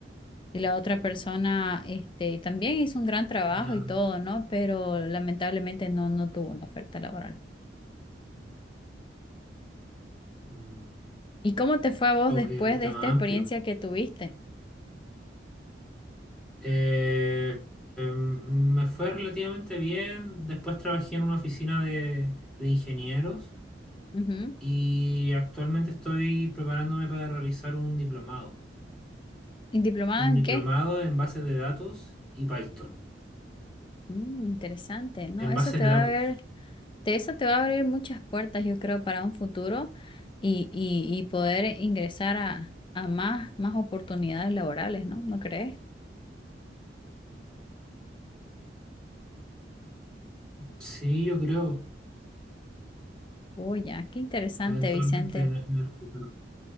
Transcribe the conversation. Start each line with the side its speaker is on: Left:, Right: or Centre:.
Left: Y la otra persona, este, también hizo un gran trabajo
Centre: Ya.
Left: y todo, ¿no? Pero lamentablemente no, no tuvo una oferta laboral.
Centre: wow,
Left: ¿Y cómo te fue a vos después
Centre: es un tema
Left: de esta experiencia
Centre: amplio.
Left: que tuviste?
Centre: Eh, em, me fue relativamente bien. Después trabajé en una oficina de, de ingenieros
Left: Ujú.
Centre: y actualmente estoy preparándome para realizar un diplomado.
Left: ¿Y diplomada
Centre: Un
Left: en
Centre: diplomado
Left: qué?
Centre: en bases de datos y Python.
Left: Mm, interesante, ¿no?
Centre: En
Left: Eso
Centre: bases
Left: te
Centre: de
Left: va
Centre: datos.
Left: a ver, de eso te va a abrir muchas puertas, yo creo, para un futuro y, y, y poder ingresar a, a más, más oportunidades laborales, ¿no? ¿No crees?
Centre: Sí, yo creo.
Left: Oye, qué interesante,
Centre: Eventualmente
Left: Vicente.
Centre: en, en el futuro.